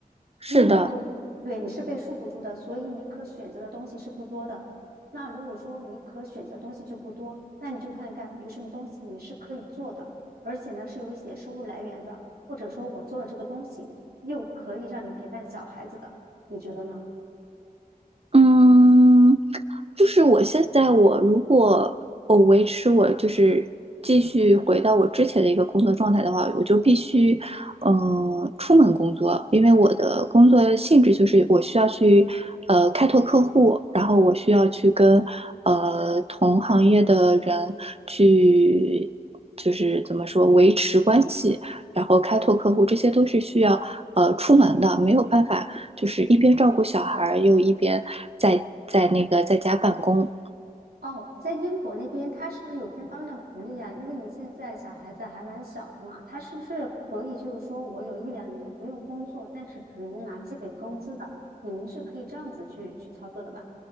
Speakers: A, on the right; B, on the right.
A: 是的，
B: 因为你都，对，你是被束缚住的，所以你可选择的东西是不多的。那如果说你可选择东西就不多，那你就看看有什么东西你是可以做的，而且呢是有一些收入来源的，或者说我做了这个东西又可以让你陪伴小孩子的，你觉得呢？
A: 嗯。就是我现在我如果我维持我就是继续回到我之前的一个工作状态的话，我就必须嗯、呃出门工作，因为我的工作性质就是我需要去呃开拓客户，然后我需要去跟呃同行业的人去就是怎么说维持关系，然后开拓客户，这些都是需要呃出门的，没有办法。就是一边照顾小孩又一边在在那个在家办公。
B: 哦，在英国那边，他是不是有这方面的福利啊？因为你现在小孩子还蛮小的嘛，他是不是可以就是说我有一两年不用工作，但是只能拿基本工资的？你们是可以这样子去去操作的吧？